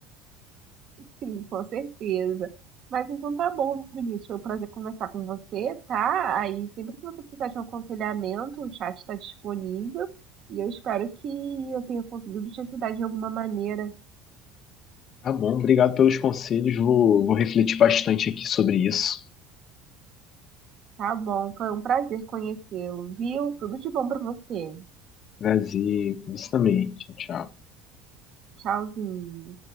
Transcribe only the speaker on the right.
Sim, com certeza. Mas então tá bom, Vinícius. Foi um prazer conversar com você, tá? Aí sempre que você precisar de um aconselhamento, o chat está disponível e eu espero que eu tenha conseguido te ajudar de alguma maneira.
Tá bom, foi um prazer conhecê-lo, viu? Tudo de bom para você.
Tchauzinho.